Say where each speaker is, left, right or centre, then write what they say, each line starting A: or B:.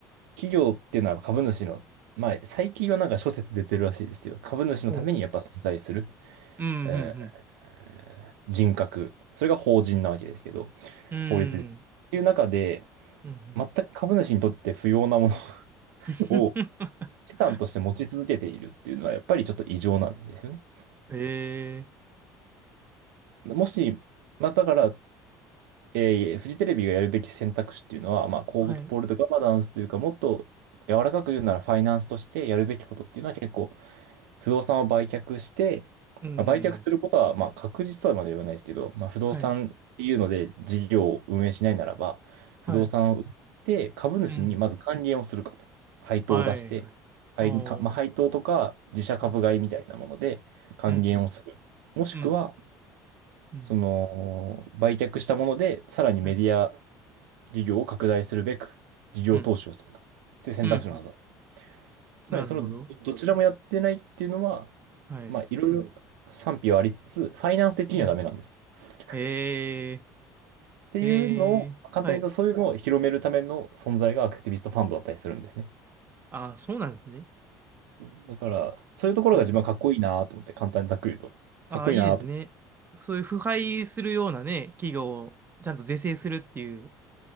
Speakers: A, on the right (about 85°); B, on the right (about 25°).
A: 企業っていうのは株主の、まあ、最近はなんか諸説出てるらしいですけど、株主のためにやっぱ存在する、
B: うん。うん、うん、
A: えー人格。それが法人なわけですけど、
B: うん。
A: 法律上。っていう中で、
B: うん、うん。
A: 全く株主にとって不要なも
B: <laughs>
A: の <laughs> を資産として持ち続けているっていうのは、やっぱりちょっと異常なんですよね。
B: ええ
A: もし、まずだから、えーフジテレビがやるべき選択肢っていうのは、まあ、コーポレートガバナンスというか、
B: はい。
A: もっと柔らかく言うならファイナンスとしてやるべきことっていうのは結構、不動産を売却して、
B: うん。
A: まあ売却することは、まあ、確実とはまだ言わないですけど、まあ、不動産っていうので事業を運営しないならば、
B: はい。
A: 不動産を売って株主にまず還元をするかと。
B: はい。うん。
A: 配当を出して、
B: はい、はい。
A: 配、
B: ああ。
A: かまあ、
B: う
A: 配当とか自社株買いみたいなもので還元をする。
B: ん。うん、
A: もしくは、
B: うん。うん。
A: その、売却したもので、さらにメディア
B: はい。
A: 事業を拡大するべく、事業投資をするか、
B: うん。
A: っていう選択肢のはずだ。
B: うん。うん
A: つまり、
B: なるほど。
A: その、どちらもやってないっていうのは、
B: はい。
A: まあ、いろいろ賛否はありつつ、ファイナンス的にはダメなんですよ。
B: はい。
A: っ
B: え
A: ていうのを、
B: えええはい。
A: 簡単に言うと、そういうのを広めるための存在がアクティビストファンドだったりするんですね。
B: ああ、そうなんですね。
A: そう、だから、そういうところが自分はかっこいいなと思って、
B: はい。
A: 簡単にざっくり言うと。
B: ああ、
A: かっこいいなと。
B: いいですね。そういう腐敗するようなね、企業をちゃんと是正するっていう